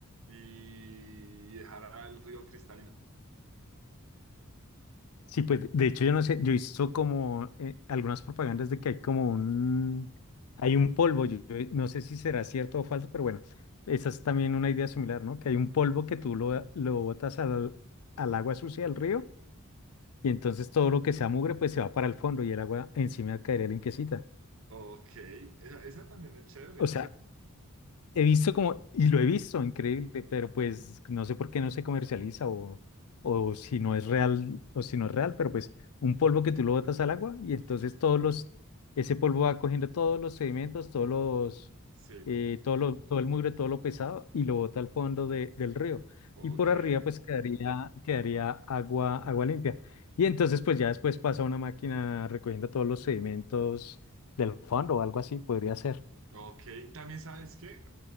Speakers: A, on the right (about 65°); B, on the left (about 85°).
A: y dejará el río cristalino.
B: Sí, pues de hecho yo no sé, yo he visto como eh, algunas propagandas de que hay como un, hay un polvo, yo, yo no sé si será cierto o falso, pero bueno, esa es también una idea similar, ¿no? Que hay un polvo que tú lo, lo botas al, al agua sucia del río y entonces todo lo que sea mugre pues se va para el fondo y el agua encima caería limpiecita.
A: Ok, esa, esa también es chévere.
B: O sea, He visto como, y lo he visto, increíble, pero pues no sé por qué no se comercializa o, o si no es real, o si no es real, pero pues un polvo que tú lo botas al agua y entonces todos los, ese polvo va cogiendo todos los sedimentos, todos los,
A: Sí,
B: eh, todo lo- todo el mugre, todo lo pesado y lo bota al fondo de- del río.
A: ok.
B: Y por arriba pues quedaría, quedaría agua, agua limpia. Y entonces pues ya después pasa una máquina recogiendo todos los sedimentos del fondo o algo así, podría ser.
A: Ok, también sabes que